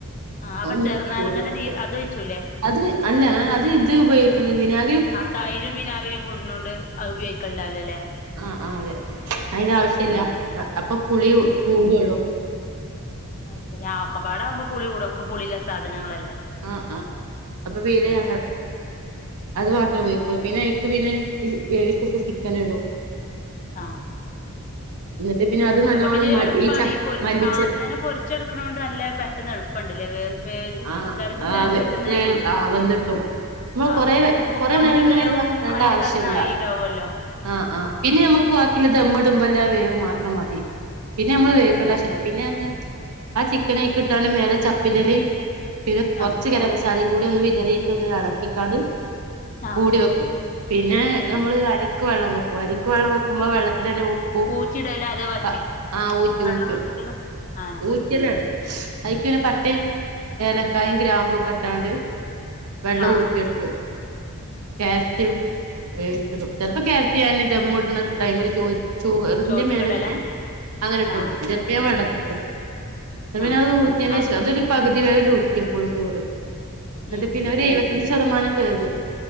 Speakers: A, on the left; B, on the right.
A: ആഹ് അപ്പ
B: ഒന്ന്
A: ചെർനാരങ്ങൻ്റെ
B: കൂട്ടി കൊടുക്കും
A: നീര് അതൊയ്ച്ചുലേ.
B: അത് അല്ല ഏ അത് ഇത് ഉപയോഗിക്കണ വിനാ
A: ആഹ് തൈരും വിനാഗിരിയും കൂടുന്നോണ്ട് അ ഉപയോഗിക്കൽണ്ടാവില്ല ലേ.
B: ആഹ് ആഹ് അതെ അയ്ൻ്റാവശ്യല്ല അ അപ്പ പുളി കൂടുള്ളൂ.
A: അശരി ആഹ് ഒക്കപ്പാട ആവുമ്പൊ പുളികൂടു ഒക്ക പുളില്ല സാധനങ്ങളല്ലേ.
B: ഉം ഉം അപ്പൊ വീരെ
A: ഉം
B: ഞങ്ങ അത് മാത്രം ഉപയോഗിക്കോളും പിന്നയ്ക്ക് പിന്നെ ഇ വേവിച്ചച്ച ചിക്കനിടും.
A: ആഹ്.
B: ന്നട്ട് പിന്നെ. അത്
A: അ
B: നല്ലോണം
A: അപ്പ പിന്നെ
B: മ
A: എളുപ്പാണ്
B: ച
A: ഈ പൊര്
B: മല്ലിച്ച
A: ആദ്യം തന്നെ പൊര്ച്ചെടുക്കണോണ്ട് നല്ല പെട്ടെന്ന് എളു പ്പണ്ട്ലേ വേ വേ
B: ആഹ്
A: തായികിട്ടാന്
B: ആഹ്
A: പെട്ടെന്ന്.
B: ആഹ് വെന്തിട്ടും നമ്മള്
A: ആഹ്
B: കൊറേ
A: മ് മുക്കാല്
B: കൊറേ നേരം ഇങ്ങനെ
A: വേവും
B: ഇത് വെക്കേണ്ട
A: അയ്ല്
B: ആവശ്യല്ല
A: കട്ന്ന് ആയീണ്ടാവ്വല്ലോ.
B: ആഹ് ആഹ് പിന്നെ ഞമ്മക്ക് ബാക്കിള്ള ദമ്മ്ടുബല്ലാ വേവ് മാത്രം മതി പിന്നെ
A: ആ
B: നമ്മള് വേവിക്കണ്ടാവശ്യല്ല.
A: അതാണ്
B: പിന്നെ ആന്ന് ആ ചിക്കനയ്ക് ട്ടാണ്ട് മേലെ ചപ്പ്ൻ്റലിം പിന്നെ കൊർച്ച്
A: ആ
B: ഗരമസ സാലിം കൂട്യൊന്ന് വിതറിട്ടൊന്ന് എളക്കിക്കാണ്.
A: ആ
B: മൂടി വെക്കും പിന്നെ
A: ഉം
B: ഞമ്മള് അരിക്ക് വെള്ളം വെക്കും അരിക്ക് വെള്ളം വെക്കുമ്പ വെള്ളത്തിലെന്നെ ഊ ഉ
A: പൂച്ചിടലാ അതോ വറ്റി
B: പ്പ ആഹ് ഊറ്റു
A: വെള്ളം
B: ഊറ്റും.
A: വറ്റിക്കലാ ആ
B: ഊറ്റെലാണ് അയ്ക്ക്ന്നെ പട്ടെം ഏലക്കായും ഗ്രാമ്പും ഒക്കെട്ടാണ്ട്. വെള്ള
A: ആ
B: ഊറ്റി എട്ക്കു. കേരറ്റ് വേവിച്ചിടും പെൽപ്പ കേരറ്റ് ഞന് ദമ്മ്ട്ണ ടൈമില് ചോ ചൂറിന്റെ
A: ചോറ്റ്ക്കിടലാ
B: മേലെങ്ങനെ അങ്ങനെട്ടൊട്ക്കും
A: ആ ആ
B: പെൽപ്പയാ വ വെള്ളത്ത്ക്ക്ടും. ന്നട്
A: ആ
B: പിന്നവ് ഊറ്റ്യേൻ്റേശ
A: ആ
B: അതൊരു പകുതി വേവ്‌ല് ഊറ്റിയക്കുള്ളൂ ചോറ് ന്നട്ട്
A: ഉം
B: പിന്നെ
A: ഉം
B: ഒരെയുവ ശതമാനം വേവ്